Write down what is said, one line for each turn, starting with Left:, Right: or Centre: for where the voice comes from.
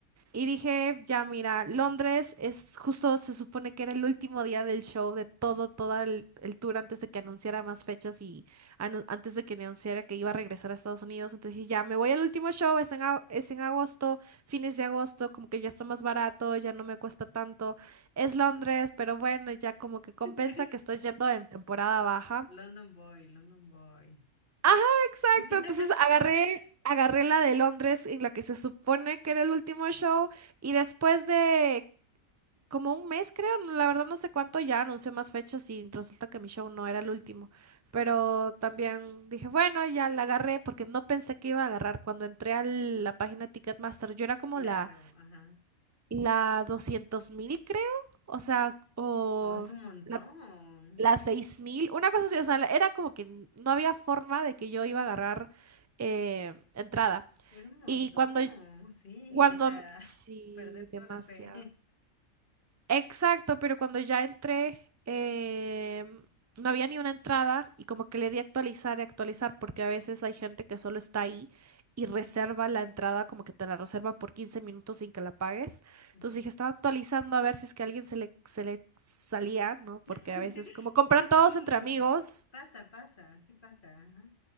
Right: y dije, ya mira, Londres es justo, se supone que era el último día del show, de todo, todo el, el tour antes de que anunciara más fechas y anu- antes de que anunciara que iba a regresar a Estados Unidos. Entonces dije, ya me voy al último show, es en, ag- es en agosto, fines de agosto, como que ya está más barato, ya no me cuesta tanto. Es Londres, pero bueno, ya como que compensa
Left: <laughs>
Right: que estoy yendo en temporada baja.
Left: London Boy, London Boy.
Right: Ajá, exacto.
Left: <laughs>
Right: Entonces agarré, agarré la de Londres en la que se supone que era el último show. Y después de como un mes, creo, no- la verdad no sé cuánto ya anuncié más fechas y resulta que mi show no era el último. Pero también dije, bueno, ya la agarré porque no pensé que iba a agarrar. Cuando entré a la página Ticketmaster, yo era como
Left: Claro,
Right: la,
Left: ajá.
Right: la doscientos mil, creo. O sea, o
Left: Oh, es un montón.
Right: la, la seis mil, una cosa así. O sea, la- era como que no había forma de que yo iba a agarrar eh, entrada.
Left: Era un montón,
Right: Y cuando,
Left: sí,
Right: cuando,
Left: o sea,
Right: sí,
Left: <laughs> perder
Right: demasiado.
Left: toda la fe.
Right: Exacto, pero cuando ya entré, em, no había ni una entrada y como que le di a actualizar y actualizar porque a veces hay gente que solo está ahí y
Left: <laughs> Ujú,
Right: reserva la entrada, como que te la reserva por 15 minutos sin que la pagues.
Left: ujú.
Right: Entonces dije, estaba actualizando a ver si es que a alguien se le, se le salía, ¿no? Porque
Left: <laughs>
Right: a veces como compran
Left: Sí, sí,
Right: todos entre amigos.
Left: pasa, pasa, sí pasa, ajá,